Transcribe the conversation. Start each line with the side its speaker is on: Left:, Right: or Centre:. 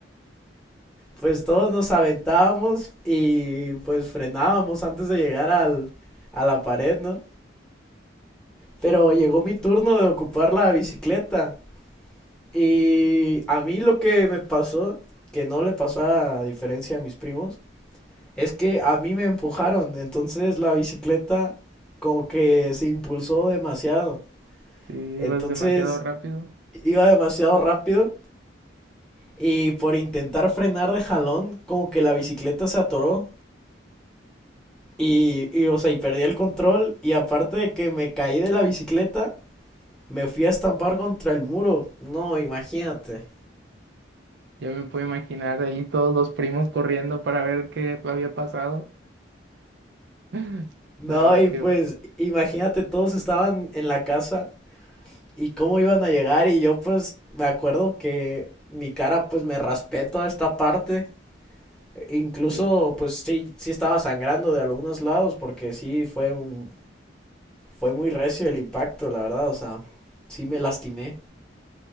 Centre: Pues todos nos aventábamos y pues frenábamos antes de llegar al, a la pared, ¿no? Pero llegó mi turno de ocupar la bicicleta. Y a mí lo que me pasó, que no le pasó a diferencia a mis primos, es que a mí me empujaron. Entonces la bicicleta como que se impulsó demasiado.
Right: Si ibas
Centre: Entonces
Right: demasiado rápido,
Centre: iba demasiado rápido y por intentar frenar de jalón, como que la bicicleta se atoró Y, y, o sea, y perdí el control. Y aparte de que me caí de la bicicleta, me fui a estampar contra el muro. No, imagínate.
Right: ya me puedo imaginar ahí todos los primos corriendo para ver qué había pasado. <laughs>
Centre: No,
Right: No,
Centre: y
Right: que...
Centre: pues, imagínate, todos estaban en la casa y cómo iban a llegar. Y yo, pues, me acuerdo que mi cara, pues, me raspé toda esta parte. Incluso,
Right: eh,
Centre: pues, sí, sí estaba sangrando de algunos lados porque sí fue un, fue muy recio el impacto, la verdad. O sea, sí me lastimé.